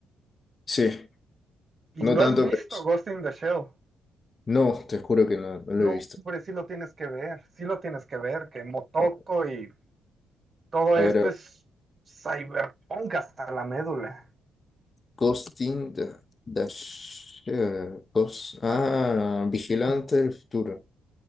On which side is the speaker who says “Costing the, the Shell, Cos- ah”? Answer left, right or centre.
Left